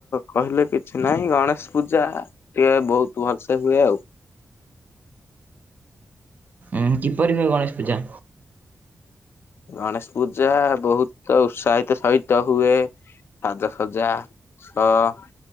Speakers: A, on the left (about 65°); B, on the right (about 40°).
A: କହିଲେ କିଛି ନାଇ ଗଣେଶ ପୂଜା ଟିକେ ବୋହୁତ ଭଲସେ ସେ ହୁଏ ଆଉ।
B: ଉଁହୁଁ କିପରି ହୁଏ ଗଣେଶ ପୂଜା?
A: ଗଣେଶ ପୂଜା ବୋହୁତ ଉତ୍ସାହିତ ସହିତ ହୁଏ। ସାଜସଜା ସହ